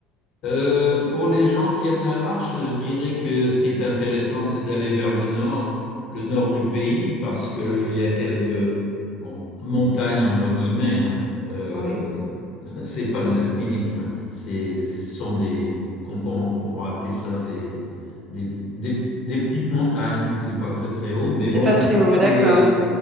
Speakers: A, on the left; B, on the right.
A: Euh, pour les gens qui aiment la marche, je dirais que ce qui est intéressant, c'est d'aller vers le nord, le nord du pays, parce qu'il y a quelques bon, montagnes, entre guillemets. Hein. Euh,
B: Oui.
A: <laughs> c'est pas de l'alpinisme, hein. C'est, ce sont des, qu'on peut- on pourra appeler ça des, des, des, des petites montagnes. C'est pas très très haut, mais
B: C'est
A: bon,
B: pas très
A: ce
B: haut,
A: sont
B: d'accord.
A: des,